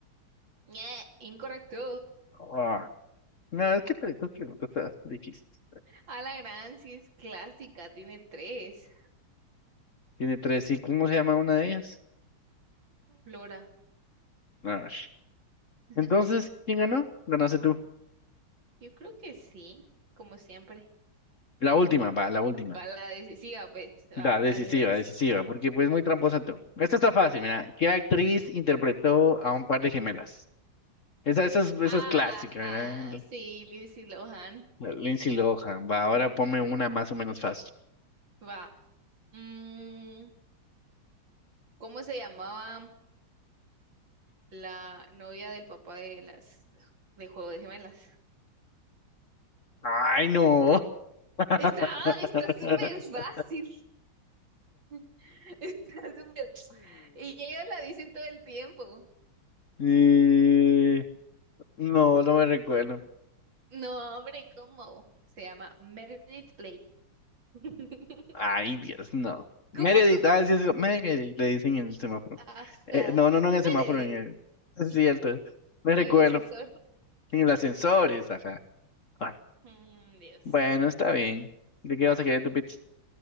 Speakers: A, on the right (about 60°); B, on the left (about 45°).
A: Ñe, incorrecto.
B: Ah, No, es que pre- estas preguntas están difíciles.
A: A la gran, sí es clásica, tiene tres.
B: Tiene tres. ¿Y cómo se llama una de ellas?
A: Flora.
B: Ash.
A: <laughs>
B: Entonces, ¿quién ganó? Ganaste tú.
A: Yo creo que sí, como siempre.
B: La última, va, la última.
A: Va la decisiva, pues.
B: La
A: Va,
B: decisiva,
A: dale, ves.
B: decisiva, porque pues muy tramposa tú. Esta está fácil, mira. ¿Qué actriz interpretó a un par de gemelas? Esa, esa es, esa
A: Ah,
B: es clásica,
A: ah,
B: ¿verdad? L-
A: sí, Lindsay Lohan.
B: la Lindsay Lohan. Va, ahora ponme una más o menos fácil.
A: Va. Mm, ¿cómo se llamaba la novia del papá de las de Juego de Gemelas?
B: ¡Ay, no! <laughs>
A: Estaba, está súper fácil. <laughs> Está súper. Y ellos la dicen todo el tiempo.
B: Eh, No, no me recuerdo.
A: No, hombre, ¿cómo? Se llama Meredith Blake. <laughs>
B: Ay, Dios, no. Meredith,
A: ¿Cómo no?
B: ah, sí, sí, Meredith, le dicen en el semáforo.
A: Ajá.
B: Eh, no, no, no
A: Meredith,
B: en el semáforo, en el... Es cierto, me recuerdo.
A: en el ascensor.
B: En el ascensor, es, ajá. Ah,
A: Mm, Dios.
B: Bueno, está bien. ¿De
A: <laughs>
B: qué vas a querer tu pizza?